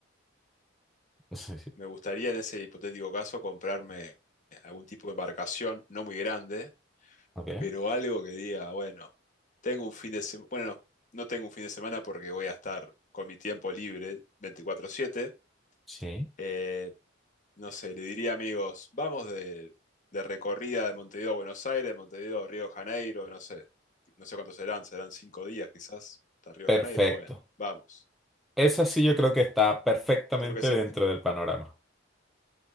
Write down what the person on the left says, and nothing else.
me gustaría en ese hipotético caso comprarme algún tipo de embarcación, no muy grande,
pero algo que diga, bueno, tengo un fin de semana, bueno, no tengo un fin de semana porque voy a estar con mi tiempo libre veinticuatro siete.
Eh, no sé, le diría amigos, vamos de, de recorrida de Montevideo a Buenos Aires, de Montevideo a Río de Janeiro, no sé, no sé cuántos serán, serán cinco días quizás hasta Río
de Janeiro, bueno, vamos.
Creo que se-